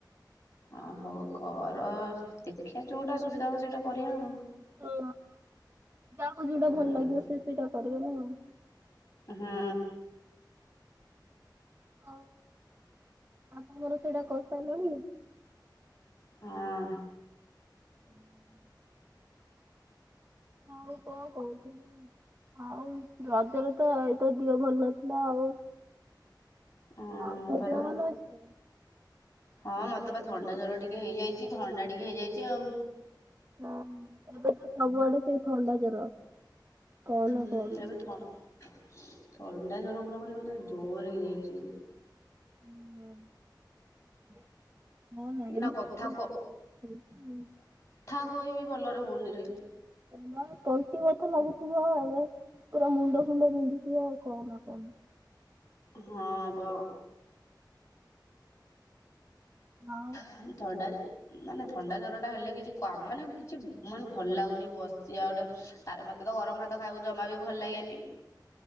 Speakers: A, on the left; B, on the right.
A: ଅ ହଉ କର ଦେଖିବା ଯୋଉଟା ସୁବିଧା ହବ ସେଇଟା କରିଆ ଆଉ।
B: ହଁ ଯାହାକୁ ଯୋଉଟା
A: ହୁଁ
B: ଭଲ ଲାଗିବ ସେ ସେଇଟା କରିବ ନାଉ।
A: ହଁ।
B: ଆଉ ଆପଣଙ୍କର ସେଇଟା କରିସାରିଲଣି?
A: ଆଁ।
B: <inaudible> ଆଉ କଣ କହୁଥିଲି ଆଉ ରଜରେ ତ ଏଇ ତ ଦିହ ଭଲ ନଥିଲା ଆଉ।
A: ହଁ
B: ଆଉ ତୋ
A: ପରା।
B: ଦେହ ଭଲ ଅଛି ନା?
A: ହଁ, ମତେ ବା ଥଣ୍ଡା ଜର ଟିକେ ହେଇଯାଇଛି ଥଣ୍ଡା ଟିକେ ହେଇଯାଇଛି ଆଉ।
B: ହଁ, ଏବେ ତ ସବୁଆଡେ ସେଇ ଥଣ୍ଡା ଜର। କହନା
A: ଉଁ ହୁଁ
B: କହନା।
A: ଏବେ ଥ ସୁ ଥଣ୍ଡା ଜର ପୁରପୁରି ମୋତେ ଜୋରେ ହେଇଯାଇଛି।
B: ହୁଁ <unintelligible> କହନା ଏମିତି
A: ନା କଥା
B: ଥଣ୍ଡା <unintelligible> ହେଇଛି ଯେ
A: ଥା କହିବି ଭଲରେ ହଉନି ରେ।
B: ହଁ ବା ତଣ୍ଟି ବଥା ଲାଗୁଥିବ ଏଣେ ପୁରା ମୁଣ୍ଡ ଫୁଣ୍ଡ ବିନ୍ଧୁଥିବ ଆଉ କହନା କହନା।
A: ହଁ ପା।
B: ଆଉ?
A: ଖାଲି ଥଣ୍ଡା ମାନେ ଥଣ୍ଡା ଜରଟା ହେଲେ କିଛି କାମ୍ ମାନେ କିଛି ମୁଁ କଇନି ଭଲ ଲାଗୁନି ବସିଛି ଆଉ ଗୋଟେ ଆରେ ମତେ ତ ଗରମ ଭାତ ଖାଇବାକୁ ଜମା ବି ଭଲ ଲାଗେନି।